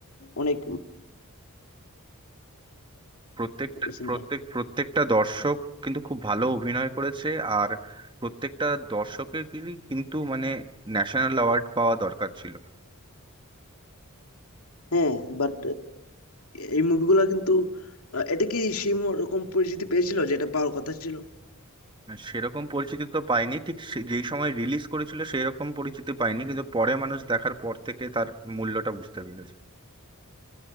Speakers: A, on the left (about 80°); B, on the right (about 20°).
A: অনেক
B: প্রত্যেকটা
A: সিনটা
B: প্রত্যেক প্রত্যেকটা দর্শক কিন্তু খুব ভালো অভিনয় করেছে আর প্রত্যেকটা দর্শকেরই কিন্তু মানে ন্যাশনাল অ্যাওয়ার্ড পাওয়া দরকার ছিল
A: হ্যাঁ বাট এই মুভিগুলা কিন্তু আহ, এটা কি সেই রকম পরিচিতি পেয়েছিল যেটা পাওয়ার কথা ছিল
B: মানে সেরকম পরিচিতি তো পাইনি ঠিক সে- যেই সময় রিলিজ করেছিল সেই রকম পরিচিতি পাইনি কিন্তু পরে মানুষ দেখার পর থেকে তার মূল্যটা বুঝতে পেরেছে